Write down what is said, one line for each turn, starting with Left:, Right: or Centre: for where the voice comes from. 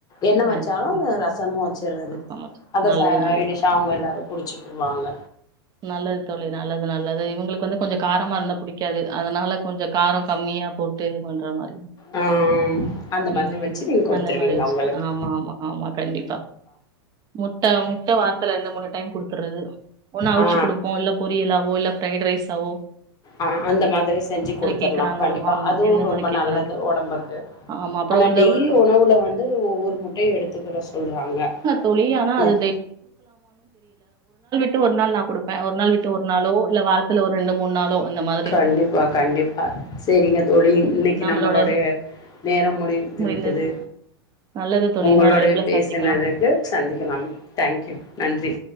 Left: என்ன வச்சாலு
Right: கண்டிப்பா
Left: ரசமும் வச்சடுறது
Right: கண்டிப்பா சமைச்சு
Left: அத
Right: நல்லது
Left: ச
Right: நல்லது
Left: டிஷா அவங்க எல்லாருக் சக்கிரவாங்க
Right: நல்லது தோழி நல்லது நல்லது இவங்களுக்கு வந்து கொஞ்ச காரமா இருந்தா பிடிக்காது அதனால கொஞ்ச காரம் கம்மியா போட்டு இது பண்ற மாரி
Left: ஆ அந்த மாதிரி
Right: உம்
Left: வச்சு நீங்க குடுத்துருவீங்க
Right: அந்த மாரிச்சு
Left: அவுங்களுக்கு
Right: ஆமா ஆமா ஆமா கண்டிப்பா முட்ட முட்ட வார்த்தில ரெண்டு மூணு டைம் கொடுத்துடுறது ஒண்ணா அவுச்சு
Left: ஆ
Right: கொடுப்போ இல்ல பொரி லாவோ இல்ல ஃப்ரைட் ரைஸ் வொ
Left: ஆ அந்த மாதிரி செஞ்சு குடுத்துடலா
Right: கேக்குறாங்களோ
Left: கண்டிப்பா
Right: ஆமா
Left: அதுவு
Right: எந்த
Left: ரொம்ப
Right: மாதிரி கேக்குறாங்க
Left: நல்லது உடம்புக்கு
Right: ஆமா அப்புறம்
Left: ஆனா
Right: ஒரு
Left: டெய்லி
Right: தடவை
Left: உணவுல வந்து ஒவ்வொரு முட்டையு எடுத்துக்கற சொல்றாங்க
Right: தோழி. ஆனா
Left: உம்
Right: அது டு ஒரு நாள் நா கொடுப்பே ஒரு நாள் விட்டு ஒரு நாளோ இல்ல வாரத்துல ஒரு ரெண்டு மூணு நாளோ அந்த மாதிரி
Left: கண்டிப்பா
Right: இருக்கும்.
Left: கண்டிப்பா சேரிங்க தோழி இன்னைக்கு
Right: நம்மளோட
Left: நம்மளுடைய நேரம் முடிஞ்சு
Right: முடிந்தது.
Left: விட்டது
Right: நல்லது தோழி.
Left: உங்களளுடைய
Right: இன்னொரு அழைப்புல
Left: பேசனதுக்கு
Right: சந்திக்கலாம்.
Left: சந்திக்கலாம் தேங்க்யூ நன்றி